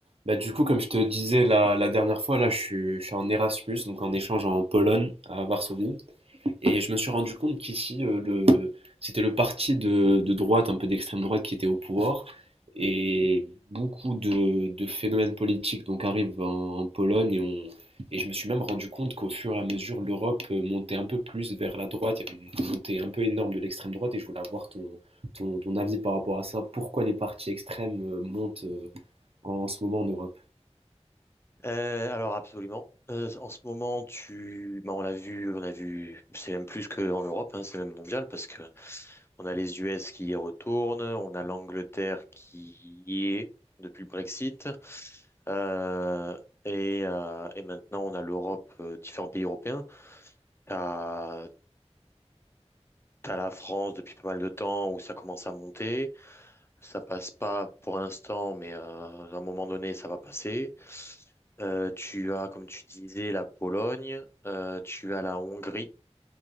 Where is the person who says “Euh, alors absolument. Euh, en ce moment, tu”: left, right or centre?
Left